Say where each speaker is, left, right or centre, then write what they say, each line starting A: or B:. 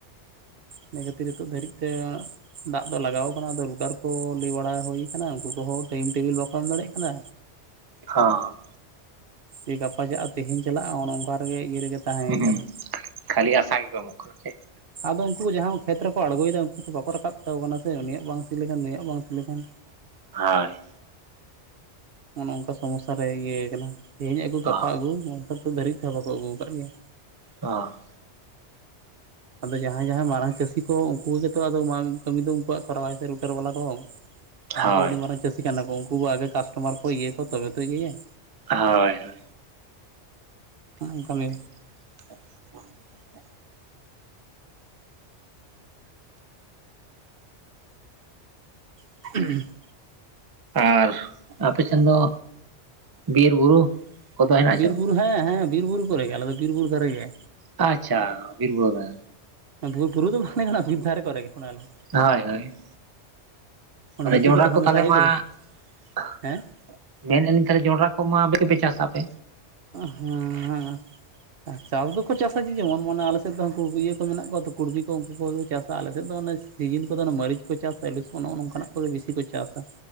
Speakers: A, on the right; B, on the right.
A: ᱤᱱᱟᱹ ᱠᱷᱟᱹᱛᱤᱨ ᱱᱤᱛᱚᱜ ᱫᱷᱟᱹᱨᱤᱡ ᱛᱮ ᱫᱟᱜ ᱫᱚ ᱞᱟᱜᱟᱣ ᱠᱟᱱᱟ ᱟᱫᱚ ᱨᱩᱴᱟᱨ ᱠᱚ ᱞᱟᱹᱭ ᱵᱟᱲᱟ ᱦᱩᱭ ᱠᱟᱱᱟ ᱩᱱᱠᱩ ᱠᱚᱦᱚᱸ ᱴᱟᱭᱤᱢ ᱴᱮᱵᱤᱞ ᱵᱟᱠᱚ ᱮᱢ ᱫᱟᱲᱮᱭᱟᱜ ᱠᱟᱱᱟ᱾
B: ᱦᱚᱸ᱾
A: ᱡᱮ ᱜᱟᱯᱟᱪᱟᱜ-ᱟ ᱛᱮᱦᱮᱧ ᱪᱟᱞᱟᱜᱼᱟ ᱚᱱ ᱚᱱᱠᱟ ᱨᱮᱜᱮ ᱤᱭᱟᱹ ᱨᱮᱜᱮ, ᱛᱟᱦᱮᱸ
B: ᱦᱩᱸ
A: ᱠᱟᱱᱟ
B: ᱩᱸ ᱠᱷᱟᱞᱤ ᱟᱥᱟ ᱜᱮᱠᱚ ᱮᱢᱚᱜ ᱠᱟᱱᱟ ᱥᱮ
A: ᱟᱫᱚ ᱩᱱᱠᱩ ᱡᱟᱦᱟᱸ ᱠᱷᱮᱛ ᱨᱮᱠᱚ ᱟᱬᱜᱚᱭᱫᱟ ᱩᱱᱠᱩ ᱫᱚ ᱵᱟᱠᱚ ᱨᱟᱠᱟᱵ ᱦᱚᱪᱚᱭᱟᱠᱚ ᱠᱟᱱᱟ ᱥᱮ ᱩᱱᱤᱭᱟᱜ ᱵᱟᱝ ᱥᱤ ᱞᱮᱠᱷᱟᱱ ᱱᱩᱭᱟᱜ ᱵᱟᱝ ᱥᱤ ᱞᱮᱠᱷᱟᱱ,
B: ᱦᱳᱭ᱾
A: ᱚᱱ ᱚᱝᱠᱟ ᱥᱚᱢᱚᱥᱟ ᱨᱮ ᱤᱭᱟᱹ ᱠᱟᱱᱟ ᱛᱮᱦᱮᱧ ᱟᱹᱜᱩ ᱜᱟᱯᱟ
B: ᱦᱳᱭ
A: ᱟᱹᱜᱩ ᱱᱚᱝᱠᱟ ᱱᱤᱛ ᱫᱷᱟᱹᱨᱤᱡ ᱛᱮᱦᱚᱸ ᱵᱟᱠᱚ ᱟᱹᱜᱩ ᱟᱠᱟᱫ ᱜᱮᱭᱟ᱾
B: ᱚᱸᱻ
A: ᱟᱫᱚ ᱡᱟᱦᱟᱸᱭ ᱡᱟᱦᱟᱸᱟᱭ ᱢᱟᱨᱟᱝ ᱪᱟᱹᱥᱤ ᱠᱚ ᱩᱱᱠᱩᱜᱮᱛᱚ ᱟᱫᱚ ᱢᱟ ᱠᱟᱹᱢᱤ ᱫᱚ ᱩᱱᱠᱩᱣᱟᱜ ᱠᱚᱨᱟᱣᱟᱭ ᱥᱮ ᱨᱩᱴᱟᱨ ᱵᱟᱞᱟ ᱠᱚ᱾ ᱡᱟᱦᱟᱸᱭ
B: ᱦᱳᱭ
A: ᱠᱚ ᱟᱹᱰᱤ ᱢᱟᱨᱟᱝ ᱪᱟᱹᱥᱤ ᱠᱟᱱᱟ ᱠᱚ ᱩᱱᱠᱩ ᱟᱜᱮ ᱠᱟᱥᱴᱚᱢᱟᱨ ᱠᱚ ᱤᱭᱟᱹ ᱠᱚᱣᱟ ᱛᱚᱵᱮ ᱛᱚ ᱤᱭᱟᱹᱭᱟᱭ᱾
B: ᱦᱳᱭ ᱦᱳᱭ᱾
A: ᱦᱩᱸ ᱠᱟᱹᱢᱤ,
B: <unintelligible>
A: <unintelligible>
B: ᱟᱨ ᱟᱯᱮ ᱥᱮᱱ ᱫᱚ ᱵᱤᱨ ᱵᱩᱨᱩ, ᱠᱚᱫᱚ ᱦᱮᱱᱟᱜ
A: ᱵᱤᱨ
B: ᱟᱥᱮ ᱵᱟᱝ
A: ᱵᱩᱨᱩ ᱦᱮᱸ ᱦᱮᱸ ᱵᱤᱨ ᱵᱩᱨᱩ ᱠᱚᱨᱮ ᱜᱮ ᱟᱞᱮ ᱫᱚ ᱵᱤᱨ ᱵᱩᱨᱩ ᱫᱟᱨᱮ ᱜᱮ᱾
B: ᱟᱪᱪᱷᱟ ᱵᱤᱨ ᱵᱩᱨᱩ ᱨᱮ,
A: ᱵᱩᱨ ᱵᱩᱨᱩ ᱫᱚ ᱢᱟᱱᱮ <unintelligible> ᱠᱚᱨᱮ ᱜᱮ ᱚᱱᱟᱞᱮ,
B: ᱦᱳᱭ ᱦᱳᱭ᱾
A: ᱚᱱᱟ
B: ᱚᱱᱮ
A: ᱦᱟᱹᱛᱤ
B: ᱡᱚᱱᱰᱨᱟ
A: ᱠᱚᱫᱚ ᱦᱟᱢᱮᱥᱟ
B: ᱠᱚ ᱛᱟᱞᱮ
A: ᱦᱮᱡ
B: ᱢᱟ
A: ᱫᱚᱠᱚ
B: <unintelligible>
A: ᱦᱮᱸ
B: ᱢᱮᱱ ᱫᱟᱹᱞᱤᱧ ᱛᱟᱦᱚᱞᱮ ᱡᱚᱱᱰᱨᱟ ᱠᱚ ᱢᱟ ᱟᱯᱮ ᱜᱮᱯᱮ ᱪᱟᱥᱟ ᱟᱯᱮ?
A: ᱚ ᱦᱮᱸ ᱦᱮᱸ ᱦᱮᱸ᱾ ᱪᱟᱞ ᱫᱚᱠᱚ ᱪᱟᱥᱟ ᱡᱮ ᱡᱮᱢᱚᱱ ᱢᱟᱱᱮ ᱟᱞᱮ ᱥᱮᱫ ᱫᱚ ᱩᱱᱠᱩ ᱤᱭᱟᱹ ᱠᱚ ᱢᱮᱱᱟᱜ ᱠᱚᱣᱟ ᱛᱚ ᱠᱩᱸᱲᱵᱤ ᱠᱚ ᱩᱱᱠᱩ ᱠᱚ ᱪᱟᱥ ᱟ ᱟᱞᱮ ᱥᱮᱫ ᱫᱚ ᱚᱱᱮ ᱥᱤᱡᱤᱱ ᱠᱚᱫᱚ ᱢᱟᱹᱨᱤᱪ ᱠᱚ ᱪᱟᱥᱟ ᱟᱞᱩ ᱠᱚ ᱱᱚᱜᱼᱚ ᱱᱚᱝᱠᱟᱱᱟᱜ ᱠᱚᱫᱚ ᱵᱤᱥᱤ ᱠᱚ ᱪᱟᱥᱟ᱾